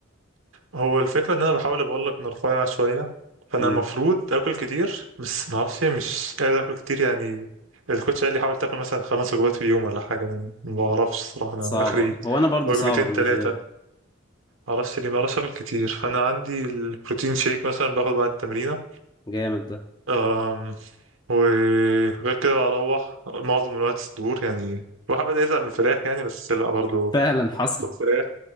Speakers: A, on the right (about 80°); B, on the left (about 20°).
A: هو الفكرة إن أنا بحاول أقول لك إن رفيع شوية فأنا
B: امم
A: المفروض آكل كتير بس معرفش مش قادر آكل كتير يعني الكوتش قال لي حاول تاكل مثلا خمس وجبات في اليوم ولا حاجة أنا ما بعرفش الصراحة أنا
B: صعبة
A: آخري
B: هو انا برضو
A: وجبتين
B: صعبة بالنسبة
A: تلاتة
B: لي
A: معرفش ليه بعرفش اعمل كتير فانا عندي البروتين شيك مثلا باخد بعد التمرينه
B: جامد ده
A: أم، وغير كده بروح معظم الوقت صدور يعني الواحد بدأ يزهق من الفراخ يعني بس لا برضه
B: فعلا حصل
A: فراخ